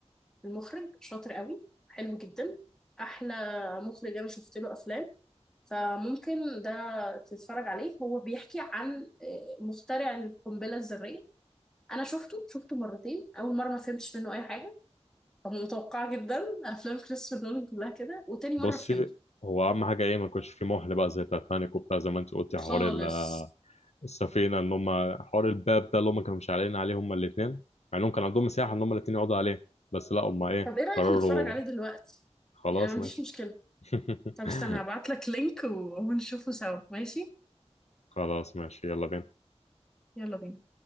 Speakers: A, in the centre; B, on the left.
A: المخرج شاطر قوي حلو جدا احلى مخرج انا شفت له افلام فممكن ده تتفرج عليه هو بيحكي عن آه، مخترع القنبله الذريه انا شفته شفته مرتين اول مره ما فهمتش منه اي حاجه طب متوقعه جدا <laughs> افلام كريستوفر نولان كلها كده وتاني
B: بصي
A: مره فهمت
B: هو اهم حاجه ايه ما يكونش في مهل بقى زي تايتانيك وبتاع زي ما انت قلتي حوار
A: خالص
B: ال- السفينه ان هم حوار الباب ده اللي هم كانوا مش علينا عليه هم الاثنين مع انهم كان عندهم مساحه ان هم الاثنين يقعدوا عليه بس لا هم ايه
A: طب ايه رايك
B: قرروا
A: نتفرج عليه دلوقتي
B: خلاص
A: يعني أنا ما عنديش
B: ماشي
A: مشكله
B: <laughs>
A: طب استنى هبعت لك لينك و- ونشوفه سوا ماشي
B: خلاص ماشي يلا بينا
A: يلا بينا